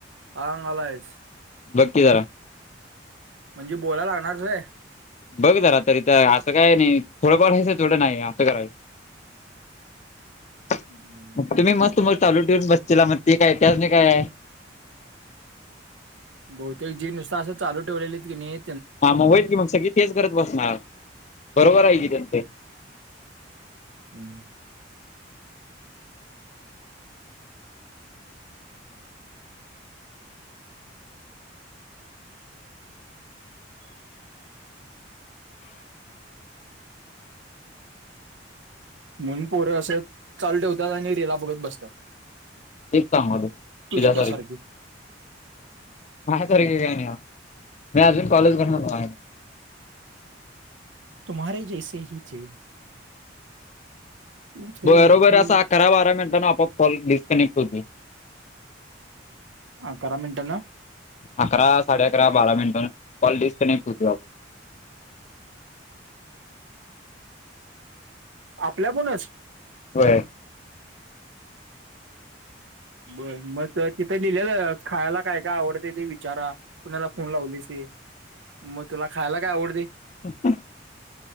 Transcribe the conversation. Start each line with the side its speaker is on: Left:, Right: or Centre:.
Right: हां मलां येतं
Left: बघं की जरां
Right: म्हणजे बोलां लागणारं रे
Left: बघं जरां तरीथ असं कायं नाहीं थोडं पार थोडं नाहीं असं करांय मंग
Right: हम्म.
Left: तुम्हीं मस्तं
Right: आता
Left: मंग चालूं ठेवूंन बसचेला मंग ते कायं त्यां नाहीं कायं आहे
Right: बहुतेक जी नुसतं असं चालूं ठेवलेलेत की नाहीं
Left: हां मंग होईल की मंग सगळीं तेचं करतं बसणारं बरोबर आहे की त्यां ते
Right: हम्मं म्हूंन पोरं असे चालूं ठेवतांत आणि रीलां बघतं बसतांत
Left: तेच सांगालोय. तुझ्यासारखी
Right: दृष्टा सारखें
Left: कां मी अजूंन कॉल भरणांर मायां
Right: तुम्हारें जैसेचं चे उथे
Left: बरोबर
Right: उथे
Left: असां अकरा बारा मिनिटांन अँप अँप कॉल डिस्कनेक्ट होते
Right: अकरा मिनिटं नं
Left: अकरा साडे अकरा बारा मिनिटां कॉल डिस्कनेक्ट होतो आपणं
Right: आपल्यां कूंणचं
Left: होयं
Right: बरं मंग तिथं लिहिलेलं खांयला कायं कायं आवडत ते विचारा कुणांला फोन लावलीस मंग तुलां खांयला कायं आवडते
Left: हं